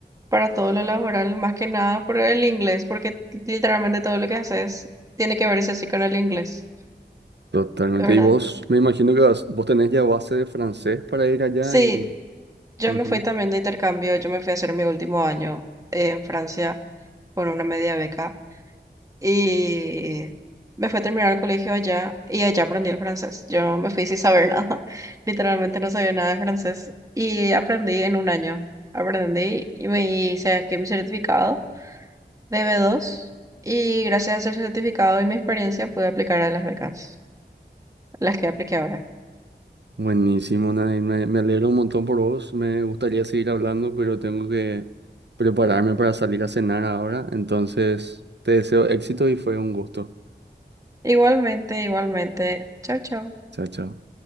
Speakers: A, on the right (about 20°); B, on the right (about 75°).
A: para todo lo laboral, más que nada por el inglés, porque literalmente todo lo que haces tiene que verse así con el inglés,
B: Totalmente.
A: ¿verdad?
B: Y vos, me imagino que vas- vos tenés ya base de francés para ir allá
A: Sí,
B: y...
A: Yo
B: Ujú.
A: me fui también de intercambio, yo me fui a hacer mi último año eh, en Francia con una media beca y me fui a terminar el colegio allá y allá aprendí el francés. Yo me fui sin saber <laughs> nada, literalmente no sabía nada de francés y aprendí en un año. Aprendí y me hice aquí mi certificado de B2 y gracias a ese certificado y mi experiencia pude aplicar a las becas, las que apliqué ahora.
B: Buenísimo, Nadine. Me, me alegro un montón por vos. Me gustaría seguir hablando, pero tengo que prepararme para salir a cenar ahora. Entonces, te deseo éxito y fue un gusto.
A: Igualmente, igualmente. Chao, chao.
B: Chao, chao.